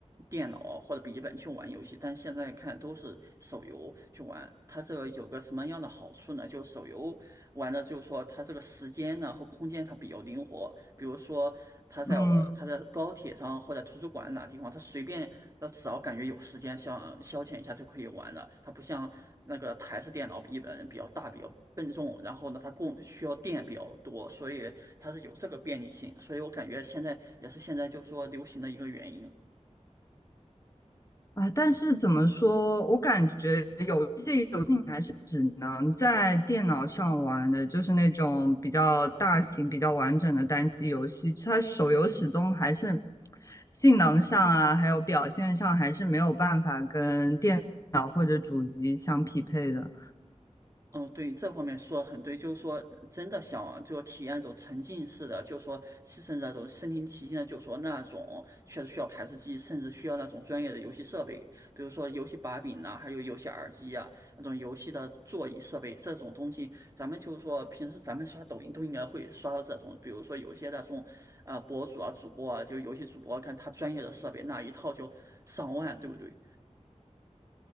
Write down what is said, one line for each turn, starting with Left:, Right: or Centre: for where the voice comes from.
Right: 电脑或者笔记本去玩游戏，但现在看都是手游去玩。它这个有个什么样的好处呢？就手游玩的就是说它这个时间呢和空间它比较灵活，比如说它在我它在高铁上或者图书馆哪地方，
Left: 嗯
Right: 它随便它只要感觉有时间想消遣一下就可以玩了，它不像那个台式电脑笔记本比较大比较。笨重，然后呢，它供需要电比较多，所以它是有这个便利性，所以我感觉现在也是现在就是说流行的一个原因。
Left: 啊，但是怎么说，我感觉有一些游只能在电脑上玩的，就是那种比较大型、比较完整的单机游戏。它手游始终还是性能上啊，还有表现上，还是没有办法跟电脑或者主机相匹配的。
Right: 嗯，对，这方面说得很对，就是说，真的想就体验一种沉浸式的，就是说，牺牲那种身临其境的，就是说那种确实需要台式机，甚至需要那种专业的游戏设备，比如说游戏把柄呐、还有游戏耳机啊，那种游戏的座椅设备这种东西，咱们就是说平时咱们刷抖音都应该会刷到这种，比如说有些那种呃博主啊、主播啊，就游戏主播，看他专业的设备那一套就上万，对不对？